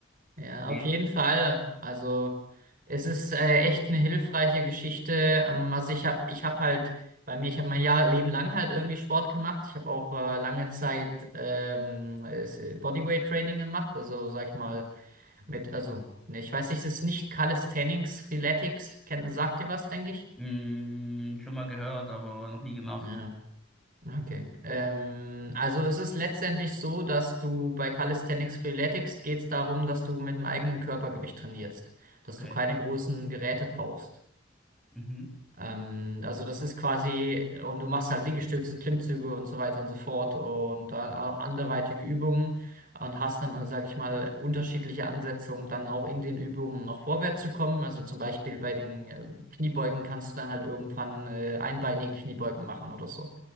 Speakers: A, on the right; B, in the centre.
A: ja,
B: Nicht?
A: auf jeden Fall. Also, es ist äh, echt eine hilfreiche Geschichte. Ähm, also, ich habe ich hab halt bei mir, ich habe mein Jahr Leben lang halt irgendwie Sport gemacht. Ich habe auch äh, lange Zeit ähm, es- äh, Bodyweight Training gemacht. Also, sag ich mal, mit, also, ne, ich weiß nicht, es ist nicht Calisthenics, Freeletics, kennt, sagt ihr was, denke ich?
B: Mm, schon mal gehört, aber noch nie gemacht.
A: Ja, okay. Ähm, also es ist letztendlich so, dass du bei Calisthenics Freeletics geht es darum, dass du mit dem eigenen Körpergewicht trainierst, dass
B: Okay.
A: du keine großen Geräte brauchst.
B: Mhm.
A: Ähm, also das ist quasi, und du machst halt Liegestützen, Klimmzüge und so weiter und so fort und dann auch anderweitige Übungen und hast dann, sag ich mal, unterschiedliche Ansätze, um dann auch in den Übungen noch vorwärts zu kommen. Also zum Beispiel bei den äh, Kniebeugen kannst du dann halt irgendwann äh, einbeinige Kniebeugen machen oder so.